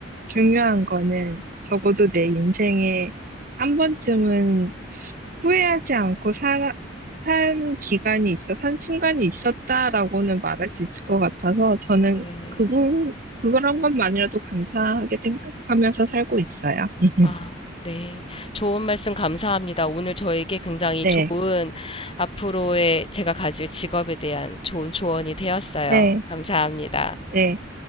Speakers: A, on the right; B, on the left.
A: 중요한 거는 적어도 내 인생에 한 번쯤은 후회하지 않고 사, 산 기간이 있어, 산 순간이 있었다라고는 말할 수 있을 것 같아서 저는
B: 네.
A: 그 부분, 그런 것만이라도 감사하게 생각하면서 살고 있어요. <laughs>
B: 아, 네. 좋은 말씀 감사합니다. 오늘 저에게 굉장히
A: 네,
B: 좋은 앞으로의 제가 가질 직업에 대한 좋은 조언이 되었어요.
A: 네,
B: 감사합니다.
A: 네.